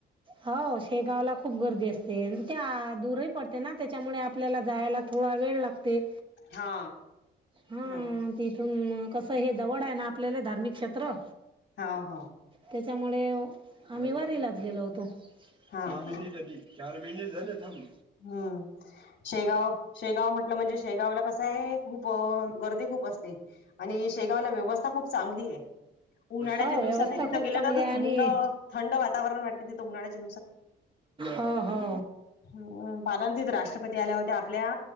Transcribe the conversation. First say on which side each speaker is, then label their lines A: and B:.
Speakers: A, on the right (about 25°); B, on the left (about 65°).
A: हो शेगावला खूप गर्दी असते त्या दूरही पडते ना त्याच्यामुळे आपल्याला जायला थोडा वेळ लागते.
B: हा
A: हा
B: हम्म.
A: तिथून कसं हे जवळ आहे ना आपल्याले धार्मिक क्षेत्र.
B: हा हा
A: त्याच्यामुळे आम्ही वारीलाच गेलो होतो.
B: हा
A: चार
B: हो
A: महिने झाले थांब.
B: हम्म शेगाव शेगाव म्हटलं म्हणजे शेगावला कसं आहे खूप गर्दी खूप असते आणि शेगावला व्यवस्था खूप चांगली आहे. उन्हाळ्याच्या
A: हो
B: दिवसातही
A: व्यवस्था
B: तिथं
A: खूप
B: गेलं
A: चांगली
B: ना तर थंड
A: आणि
B: थंड वातावरण वाटते तिथं उन्हाळ्याच्या
A: हा हा
B: हम पाल तिथ राष्ट्रपती आल्या होत्या आपल्या